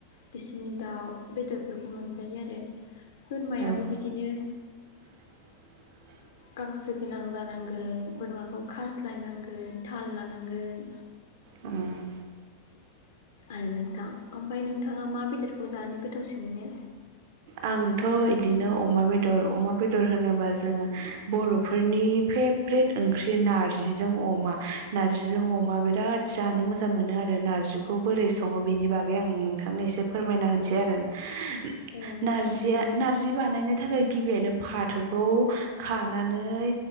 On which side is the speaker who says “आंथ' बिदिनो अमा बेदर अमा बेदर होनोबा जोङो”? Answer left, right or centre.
Right